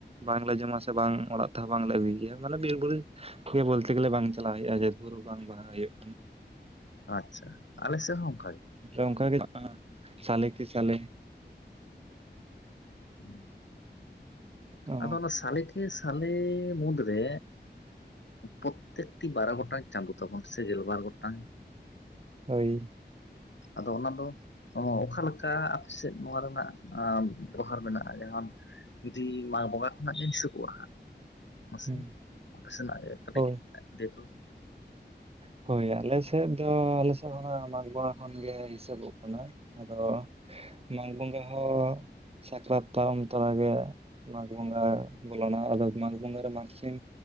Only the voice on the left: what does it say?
ᱟᱪᱪᱷᱟ ᱟᱞᱮ ᱥᱮᱜ ᱦᱚᱸ ᱚᱝᱠᱟ ᱜᱮ᱾
<unintelligible>
ᱟᱫᱚ ᱚᱱᱟ ᱥᱟᱞᱮ ᱠᱮ ᱥᱟᱞᱮ ᱢᱩᱫᱽᱨᱮ ᱯᱨᱚᱛᱛᱮᱠᱴᱤ ᱵᱟᱨ ᱜᱚᱴᱟᱝ- ᱪᱟᱸᱫᱳ ᱛᱟᱵᱚᱱ ᱥᱮ ᱜᱮᱞ ᱵᱟᱨ ᱜᱚᱴᱟᱝ
ᱟᱫᱚ ᱚᱱᱟ ᱫᱚ ᱚᱠᱟᱞᱮᱠᱟ ᱟᱯᱮ ᱥᱮᱫ ᱱᱚᱣᱟ ᱨᱮᱱᱟᱜ ᱵᱮᱵᱚᱦᱟᱨ ᱢᱮᱱᱟᱜ-ᱟ ᱡᱟᱦᱟᱸ ᱡᱩᱫᱤ ᱢᱟᱜᱽ ᱵᱚᱸᱜᱟ ᱠᱷᱚᱱᱟᱜ ᱜᱮ ᱦᱤᱥᱟᱵ ᱠᱚᱜ-ᱟ ᱢᱟᱥᱮ
ᱟᱯᱮ ᱥᱮᱱᱟᱜ ᱠᱟᱹᱴᱤᱡ
ᱫᱮᱠᱳ